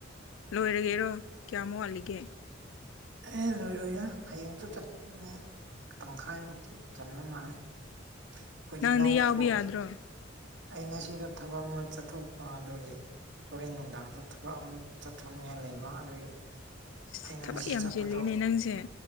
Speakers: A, on the left (about 80°); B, on the right (about 65°).
A: ꯂꯣꯏꯔꯒꯦꯔꯣ ꯀꯌꯥꯝ ꯋꯥꯠꯂꯤꯒꯦ
B: ꯑꯦ ꯂꯣꯏꯔꯣꯏꯗ ꯍꯌꯦꯡꯁꯨ ꯆꯠꯀꯅꯤ ꯇꯪꯈꯥꯏꯃꯨꯛꯇꯤ ꯆꯟꯕ ꯃꯥꯜꯂꯦ ꯑꯩꯈꯣꯏꯗꯤ
A: ꯅꯪꯗꯤ
B: ꯂꯧ
A: ꯌꯥꯎꯕ
B: ꯈꯣ
A: ꯌꯥꯗ꯭ꯔꯣ
B: ꯑꯩ ꯉꯁꯤꯗꯣ ꯊꯕꯛ ꯑꯃ ꯆꯠꯊꯣꯛꯄ ꯑꯗꯨꯒꯤ ꯍꯣꯔꯦꯟ ꯅꯨꯡꯗꯥꯡꯁꯨ ꯊꯕꯛ ꯑꯃ ꯆꯠꯊꯣꯛꯅꯤꯡꯉꯥꯏ ꯂꯩꯕ ꯑꯗꯨꯒꯤ
A: ꯏꯁ
B: ꯑꯩꯅ
A: ꯊꯕꯛ
B: ꯉꯁꯤ
A: ꯌꯥꯝ
B: ꯆꯠꯄꯗꯣ
A: ꯆꯤꯜꯂꯤꯅꯦ ꯅꯪꯁꯦ